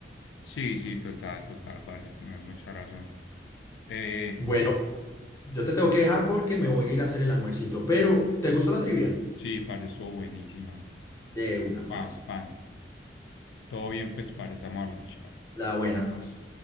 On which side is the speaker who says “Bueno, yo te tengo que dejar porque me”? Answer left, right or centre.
Left